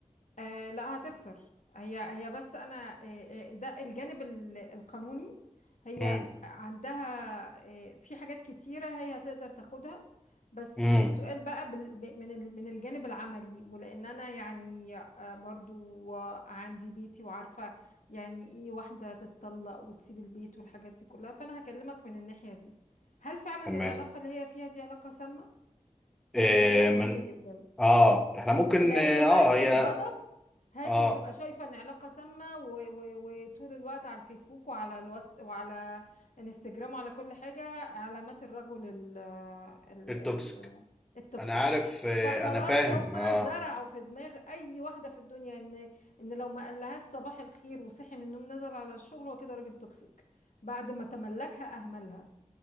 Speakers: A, on the left; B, in the centre.
A: آه لا هتخسر هي هي بس انا آه آه، ده الجانب ال- القانوني هي
B: امم
A: عندها آه في حاجات كتيرة هي هتقدر تاخدها بس
B: امم
A: السؤال بقى بال- ب- من ال- من الجانب العملي ولان انا يعني آه برضو آه، عندي بيتي وعارفة يعني ايه واحدة تتطلق وتسيب البيت والحاجات دي كلها فانا هكلمك من الناحية دي هل فعلا
B: تمام
A: العلاقة اللي هي فيها دي علاقة سامة؟
B: إيه
A: ده سؤال
B: من
A: مهم جدا
B: اه احنا ممكن
A: لأن
B: اه
A: وقت
B: آه، هي
A: الغضب هي
B: اه
A: هتبقى شايفة ان علاقة سامة و- و- وطول الوقت على الفيسبوك وعلى الوات وعلى انستجرام وعلى كل حاجة علامات الرجل ال ال
B: التوكسيك
A: ال التوكسيك
B: انا عارف آه
A: فخلاص
B: انا فاهم
A: هم
B: اه
A: زرعوا في دماغ اي واحدة في الدنيا ان ان لو ما قالهاش صباح الخير وصحي من النوم نزل على الشغل هو كده راجل توكسيك بعد ما تملكها اهملها